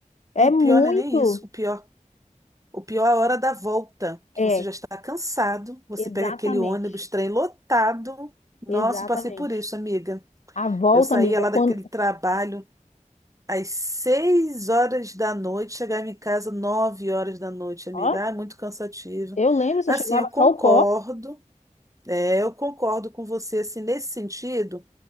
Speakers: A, on the right; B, on the left.
A: E
B: É
A: o
B: muito.
A: pior não é nem isso, o pior O pior é a hora da volta, que
B: É,
A: você já está cansado, você
B: exatamente.
A: pega aquele ônibus, trem lotado. Nossa,
B: Exatamente.
A: eu passei por isso, amiga.
B: A volta,
A: Eu saía
B: amiga,
A: lá daquele
B: quando.
A: trabalho às seis horas da noite, chegava em casa nove horas da noite, amiga.
B: Ó,
A: Ah, muito cansativo.
B: eu lembro, você
A: Assim,
B: chegava
A: eu concordo,
B: só o pó.
A: é, eu concordo com você, assim, nesse sentido,